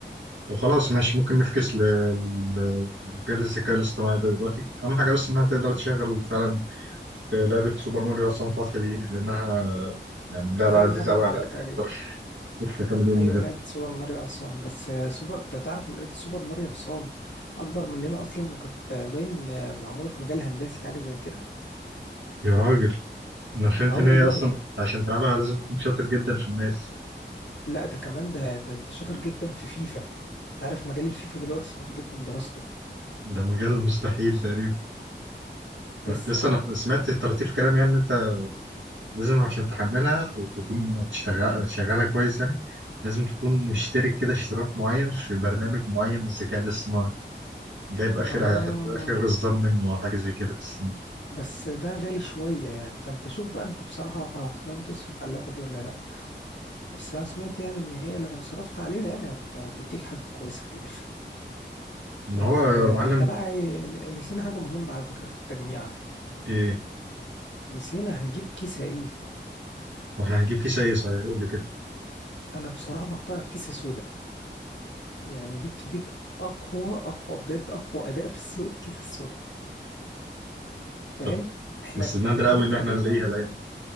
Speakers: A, on the right; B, on the left.
A: طب خلاص ماشي ممكن نفكس ل- ل- لمجال الذكاء الاصطناعي ده دلوقتي اهم حاجه بس انها تقدر تشغل فعلا لعبه سوبر ماريو عصام فتحي دي لانها يعني لعبه
B: اهم
A: عزيزه
B: حاجة
A: قوي
B: عندك
A: على قلبي
B: تقريبا
A: ما اقدرش اقدرش اكمل يوم
B: ايوه
A: من غيرها
B: لعبة سوبر ماريو عصام بس آه، سوبر انت تعرف ان لعبة سوبر ماريو عصام اكبر مننا اصلا وكانت آه، باين آه، معمولة في مجال هندسي حاجة زي كده
A: يا راجل انا فهمت
B: اه
A: ان
B: والله
A: هي اصلا
B: و...
A: عشان تلعبها لازم تكون شاطر جدا في الماس
B: لا ده كمان ده ده انت شاطر جدا في فيفا تعرف مجال الفيفا دلوقتي صعب جدا دراسته
A: ده مجال مستحيل تقريبا
B: بس
A: بس
B: يا عم
A: انا سمعت طراطيف كلام يعني إن انت لازم عشان تحملها وتكون تشتغل شغالها كويس يعني لازم تكون مشترك كده اشتراك معين في برنامج معين من الذكاء الاصطناعي جايب اخر
B: اه
A: اخر اصدار منه او حاجه زي كده بس
B: بس ده غالي شوية يعني فانت شوف بقى انت بصراحة هتناوي تصرف على اللعبة دي ولا لا بس انا سمعت يعني ان هي لو صرفت عليها يعني هت- هتديك حاجة كويسة في الاخر
A: ان
B: طيب
A: هو يا
B: آه،
A: معلم
B: انت بقى إيه- ن- نسينا حاجة مهمة على فكرة في التجميعة
A: ايه
B: نسينا هنجيب كيسة ايه
A: واحنا هنجيب كيس ايه صحيح يقول لي كده
B: انا بصراحة بقترح كيسة سودا يعني دي بتديك اقوى اقوى بجد اقوى اداء في السوق الكيسة السودا فاهم
A: طب
B: احنا
A: بس
B: ك-
A: نادر
B: احنا كده
A: قوي
B: تقريبا
A: ان احنا نلاقيها الايام دي